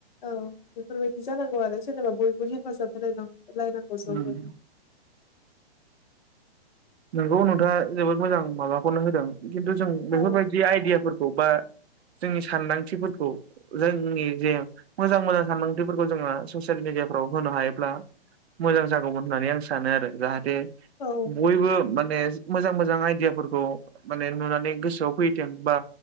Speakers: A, on the left; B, on the right.
A: औ बेफोरबायदि जानांगौ आरो जेनेबा बयबो हेफाजाब होलाय नां लानांगौ <unintelligible>
B: ओम नोंखौ नोंथाङा जोबोद मोजां माबाखौनो होदों खिन्थु जों बेफोरबायदि
A: औ
B: आइदियाफोर <unintelligible> जोंनि सानदांथिफोरखौ जोंनि जे मोजां मोजां सानदांथिफोरखौ जोङो ससियेल मेडियाफ्राव होनो हायोब्ला मोजां जागौमोन होननानै आं सानो आरो जाहाथे जे
A: औ
B: बयबो माने मोजां मोजां आइदियाफोरखौ माने नुनानै गोसोआव फैथों बा